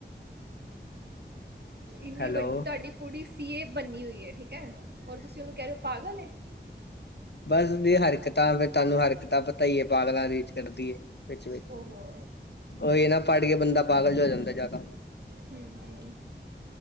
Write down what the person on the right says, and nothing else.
ਇੰਨੀ
ਵੱਡ, ਤਾਡੀ ਕੁੜੀ ਸੀ ਏ ਬੰਨੀ ਹੋਈ ਐ, ਠੀਕ ਹੈ। ਔਰ ਤੁਸੀਂ ਉਨੂੰ ਕੈ ਰੇ ਔ ਪਾਗਲ ਏ।
ਓਹੋ
ਹੂੰ- ਹੂੰ